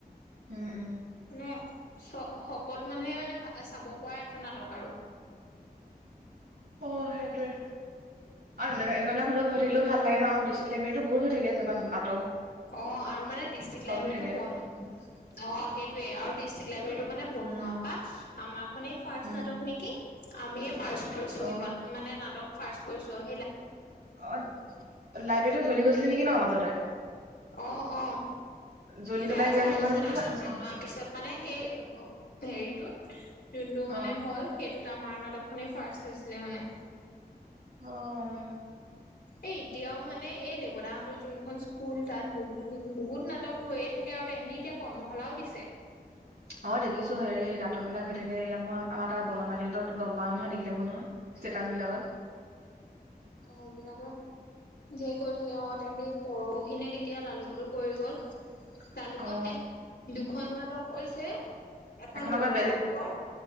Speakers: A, on the right; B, on the left.
A: উম উম
B: মানে চ সকলো মানুহে মানে চাব পৰা এখন নাটক আৰু
A: অ সেইটোৱে অ একুৱািলাক হলেও হৈ থাকিলে ভাল লাগে ন আমাৰ ডিসট্ৰিক্ট লাইব্ৰেৰীটো বহু হৈ থে এনেকুৱা নাট
B: অঁ আৰু মানে ডিষ্ট্ৰিক্ট লাইব্ৰেৰীটো
A: হৈ থাকে
B: বন, অ সেইটোৱে আৰু ডিষ্ট্ৰিক্ট লাইব্ৰেৰী মানে বনোৱা
A: উম
B: পা আমাৰ খনেই ফাৰ্ষ্ট
A: উম
B: নাটক নেকি, আমি ফাৰ্ষ্ট কৰিছো
A: অ
B: সেইখন মানে নাটক ফাৰ্ষ্ট কৰিছোঁ আও
A: অ লাইব্ৰেৰীত জ্বলি গৈছিলে নেকি ন মাজতে
B: অঁ অঁ
A: জ্বলি
B: বেয়া
A: পেলাই কিবা
B: যে হৈ
A: হেৰি
B: গৈছে
A: হোৱা নাছিলে
B: তাৰপিছত
A: নাছিলে
B: বনোৱাৰ পিছত মানে সেই হেৰিটোত যোনটো
A: অ
B: মানে হ'ল সেইটোত আমাৰ নাটকখনেই ফাৰ্ষ্ট হৈছিলে মানে
A: অ অম
B: এ এতিয়াও মানে এ দেৱ দাহঁতৰ যোনখন স্কুল তাত বহুতো বহুত নাটক হৈয়ে থাকে আৰু তেহেঁতি এতিয়া কৰ্মশালাও দিছে।
A: <inaudible> অ দেখিছো হেৰি নাটকবিলাক হৈ থাকে ইয়া মই আমাৰ তাত বনমানিহঁতক গম পাও নহয় দেখি থাকো নহয় ষ্টেটাচবিলাকত
B: অ সেইবিলাকে, ধেৰ কৰি থাকে অঁ তেহতে পৰহি ইখিনি কেতিয়া লালুকতো পৰি গ'ল লালুকত
A: অ
B: খ নাটক কৰিছে এখন দেৱতা
A: আকৌ বে
B: ভাগৰ